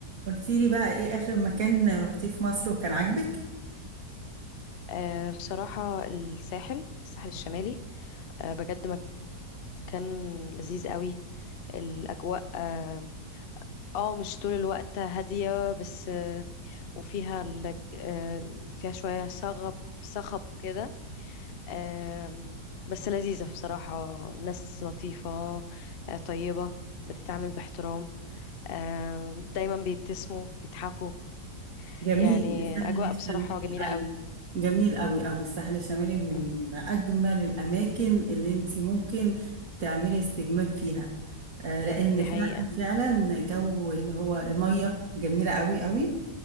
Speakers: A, on the right; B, on the left.
A: قلتي لي بقى ايه اخر مكان رحتيه في مصر وكان عاجبك
B: آه، بصراحة الساحل الساحل الشمالي آه، بجد مكان لذيذ قوي الأجواء اه آه، مش طول الوقت هادية بس آه، وفيها ال- آه، فيها شوية صغب صخب كده آم، بس لذيذة بصراحة ناس لطيفة آه، طيبة بتتعامل باحترام آم، دايما بيبتسموا بيضحكوا
A: جميل
B: يعني
A: الساحل
B: أجواء
A: الشمالي
B: بصراحة جميلة
A: ايوه
B: قوي
A: جميل قوي قوي الساحل الشمالي من
B: مم،
A: اجمل الاماكن اللي انت ممكن تعملي استجمام فيها آه لان
B: دي
A: فعلا
B: حقيقة
A: فعلا جو اللي هو الميه جميله قوي قوي